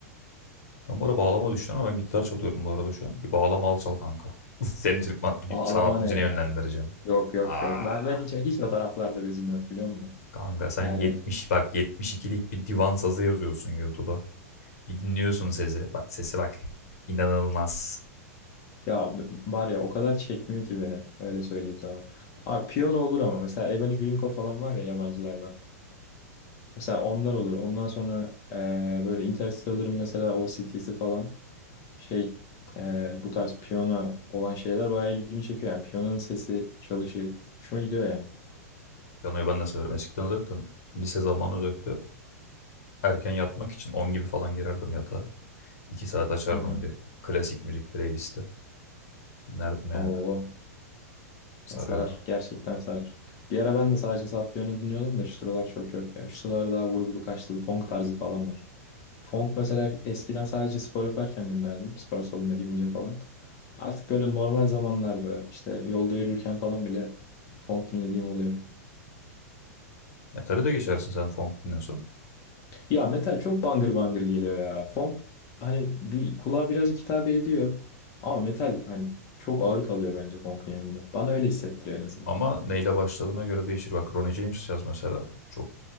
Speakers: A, on the left; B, on the left.
A: Ben bu arada bağlama düşünüyorum ama ben gitar çalıyorum bu arada şu an. Bir bağlama al çal kanka. <laughs> Seni Türk
B: Aa,
A: sanat
B: Almanya
A: müziğine
B: ya.
A: yönlendireceğim.
B: Yok yok
A: Aa.
B: yok. Ben ben hiç hiç o taraflarda bizim yok biliyor musun?
A: Kanka sen
B: Yani
A: 70 bak 72'lik bir divan sazı yazıyorsun YouTube'a. Bir dinliyorsun sesi. Bak sesi bak. İnanılmaz.
B: ya b- var ya o kadar çekmiyor ki beni. Öyle söyleyeyim sana. Abi piyano olur ama mesela Ebony Grinko falan var ya yabancılardan. Mesela onlar olur. Ondan sonra e, böyle Interstellar'ın mesela OST'si falan şey e, bu tarz piyano olan şeyler bayağı ilgimi çekiyor. Yani piyanonun sesi çalışı hoşuma gidiyor yani.
A: Piyanoyu ben de severim. Eskiden zaten lise zamanı özellikle erken yatmak için 10 gibi falan girerdim yatağa. iki saat açardım
B: Hı hı.
A: bir klasik müzik playlisti. Dinlerdim yani.
B: Oo.
A: Sarıyordu.
B: Ya sarar. Gerçekten sarar. Bir ara ben de sadece saf piyano dinliyordum da şu sıralar çok yok ya. Şu sıralar daha vurdulu kaçtılı funk tarzı falan var. Funk mesela eskiden sadece spor yaparken dinlerdim. Spor salonuna gidince falan. Artık böyle normal zamanlarda işte yolda yürürken falan bile funk dinlediğim oluyor.
A: Metale de geçersin sen funk dinliyorsan.
B: Ya metal çok bangır bangır geliyor ya. Funk hani bir kulağa birazcık hitap ediyor. Ama metal hani çok ağır kalıyor bence funk'un yanında. Bana öyle hissettiriyor en azından.
A: Ama neyle başladığına göre değişir. Bak Ronnie James yaz mesela. Çok